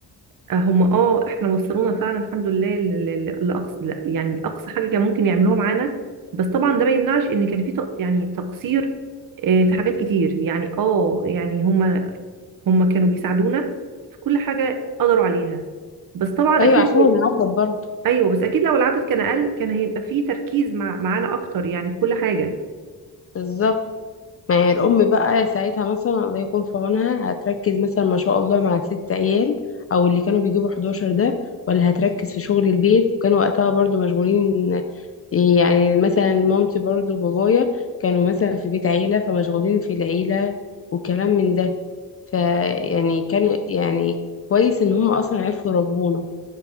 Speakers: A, on the right (about 60°); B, on the left (about 40°).
A: آه، هم اه احنا وصلونا فعلا الحمد لله ل- ل- ل- لاقصى لا، يعني اقصى حاجه كان ممكن يعملوها معانا بس طبعا ده ما يمنعش ان كان في تق- يعني تقصير آه، في حاجات كتير يعني اه يعني هم هم كانوا بيساعدونا في كل حاجه قدروا عليها بس طبعا
B: أيوة
A: اكيد
B: عشان أنا عارفة برضه
A: ايوه بس اكيد لو العدد كان اقل كان هيبقى في تركيز مع معانا اكتر يعني في كل حاجه
B: بالظبط ما هي الأم بقى ساعتها مثلا الله يكون في عونها هتركز مثلا ما شاء الله مع ست عيال أو اللي كانوا بيجيبوا 11 ده ولا هتركز في شغل البيت كان وقتها برضو مشغولين يعني مثلا مامتي برضو بابايا كانوا مثلا في بيت عيلة فمشغولين في العيلة وكلام من ده فيعني كان يعني كويس إن هم أصلا عرفوا يربونا